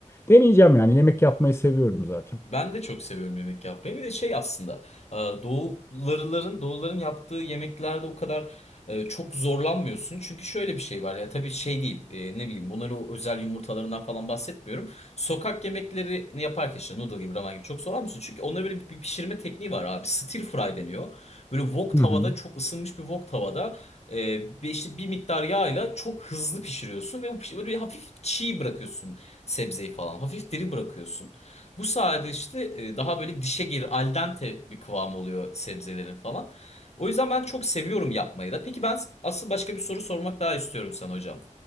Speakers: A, on the left (about 20°); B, on the left (about 55°).
A: deneyeceğim yani. Yemek yapmayı seviyorum zaten.
B: Ben de çok seviyorum yemek yapmayı. Bir de şey aslında e, doğularıların doğuların yaptığı yemeklerde o kadar e, çok zorlanmıyorsun. Çünkü şöyle bir şey var ya tabii şey değil e, ne bileyim bunların o özel yumurtalarından falan bahsetmiyorum. Sokak yemeklerini yaparken işte noodle gibi ramen gibi çok zorlanmıyorsun. Çünkü onlara böyle bir bir pişirme tekniği var abi. Stir fry deniyor. Böyle wok tavada
A: Hı hı.
B: çok ısınmış bir wok tavada e, bir işte bir miktar yağla çok hızlı pişiriyorsun ve o piş- böyle bir hafif çiğ bırakıyorsun sebzeyi falan. Hafif diri bırakıyorsun. Bu sayede işte e, daha böyle dişe gelir al dente bir kıvamı oluyor sebzelerin falan. O yüzden ben çok seviyorum yapmayı da. Peki ben asıl başka bir soru sormak daha istiyorum sana hocam.